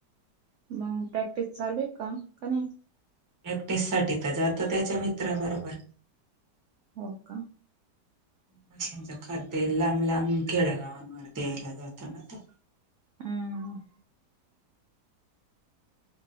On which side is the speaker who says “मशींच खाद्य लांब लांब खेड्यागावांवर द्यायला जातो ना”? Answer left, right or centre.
Right